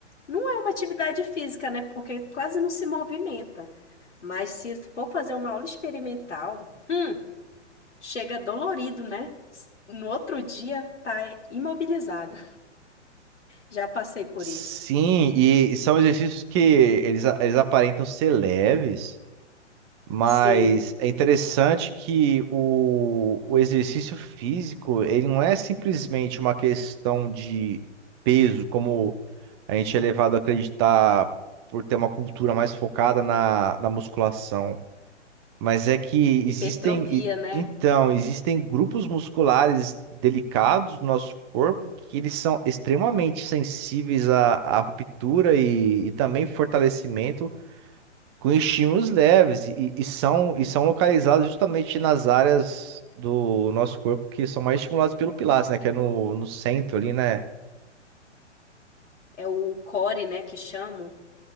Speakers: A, on the left; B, on the right.
A: não é uma atividade física, né? Porque quase não se movimenta. Mas se for fazer uma aula experimental, hum, Chega dolorido, né? No outro dia tá imobilizado. Já passei por
B: Sim,
A: isso.
B: e, e são exercícios que eles, a- eles aparentam ser leves. Mas
A: Sim,
B: é interessante que o, o exercício físico, ele não é simplesmente uma questão de peso, como a gente é levado a acreditar por ter uma cultura mais focada na, na musculação. Mas é que
A: Hipertrofia,
B: existem, e-
A: né?
B: então, existem grupos musculares delicados do nosso corpo que eles são extremamente sensíveis à, à ruptura e, e também fortalecimento com estímulos leves e, e são, e são localizados justamente nas áreas do nosso corpo que são mais estimuladas pelo Pilates, né? Que é no, no centro ali, né?
A: É o core, né, que chamam,